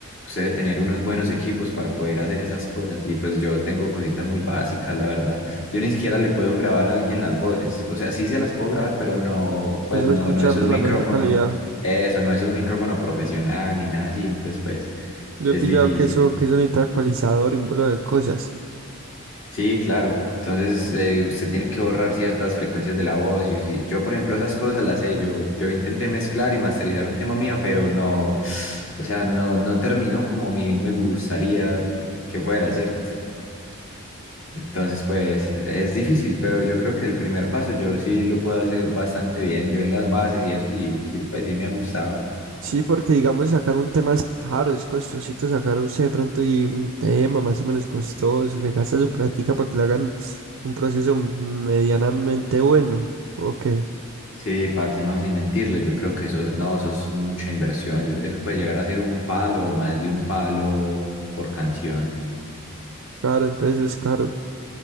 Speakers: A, on the left; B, on the right.
A: Usted debe tener unos buenos equipos para poder hacer esas cosas y pues yo tengo cositas muy básicas, la verdad. Yo ni siquiera le puedo grabar a alguien las voces, o sea, sí se las puedo grabar, pero no, pues
B: Eso
A: no,
B: es escuchar
A: no es un
B: de la
A: micrófono
B: mejor calidad.
A: eso no es un micrófono profesional ni nada así, entonces pues
B: Yo he
A: es
B: pillado
A: difícil.
B: que eso, que eso necesita ecualizador y un bolo de cosas.
A: Sí, claro. Entonces eh, usted tiene que borrar ciertas frecuencias de la voz. y sí, Yo, por ejemplo, esas cosas las sé. Yo, yo intenté mezclar y masterizar un tema mío, pero no, o sea, no, no terminó como a mí me gustaría que fuera, ¿cierto? Entonces, pues es difícil, pero yo creo que el primer paso yo sí lo puedo hacer bastante bien. Yo en las bases y eso sí, sí, pues sí me ha gustado.
B: Sí, porque digamos sacar un tema es caro, es costosito sacar usted de pronto y un tema más o menos costoso, se gasta su práctica para que le hagan un proceso medianamente bueno, ok,
A: Sí, parce, no, sin mentirle, yo creo que eso, no, eso es mucha inversión, yo- eso puede llegar a ser un palo o más de un palo por canción.
B: claro, entonces es caro.